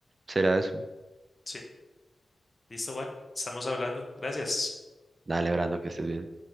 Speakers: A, on the right (about 45°); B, on the left (about 30°).
A: Será eso.
B: Sí, listo, Juan, estamos hablando. Gracias.
A: Dale, Brando, que estés bien.